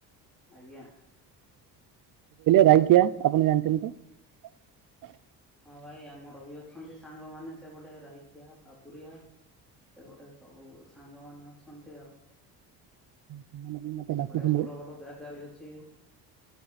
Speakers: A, in the centre; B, on the right.
A: ଆଜ୍ଞା।
B: <inaudible> ରାଇକିଆ ଆପଣ ଜାଣିଛନ୍ତି ତ।
A: ହଁ ଭାଇ ଆମର ବି ଅଛନ୍ତି ସାଙ୍ଗମାନେ ସେପଟେ ରାଇକିଆ ବାବୁରିଆ। ସେପଟେ ସବୁ ସାଙ୍ଗମାନ ଅଛନ୍ତି ଆଉ।
B: ସେମାନେ ବି ମୋତେ
A: ସେପଟେ
B: ଡାକିଥିଲେ
A: ଭଲ ଭଲ ଜାଗା ବି ଅଛି।